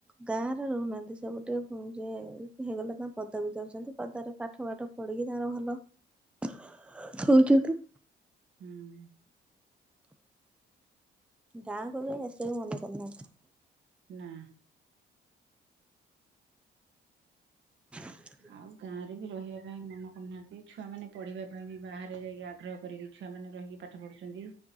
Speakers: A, in the centre; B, on the right (about 70°).
A: ଗାଁ ରେ ରହୁନାହାନ୍ତି ସବୁ ଟିକେ ଯ ହେଇଗଲା ତା ପଦାକୁ ଯାଉଛନ୍ତି ପଦାରେ ପାଠ ବାଠ ପଢିକି ତାର ଭଲ ହଉଛନ୍ତି।
B: ହୁଁ।
A: ଗାଁ କୁ ଆଉ ଆସିବାକୁ କେହି ମନ କରୁନାହାନ୍ତି।
B: ନା।
A: <inaudible>
B: ଆଉ ଗାଁରେ ବି ରହିବା ପାଇଁ ମନ କରୁନାହାଁନ୍ତି ଛୁଆମାନେ ପଢ଼ିବା ପାଇଁ ବି ବାହାରେ ଯାଇକି ଆଗ୍ରହ କରିକି ଛୁଆମାନେ ରହିି କି ପାଠ ପଢ଼ୁଛନ୍ତି।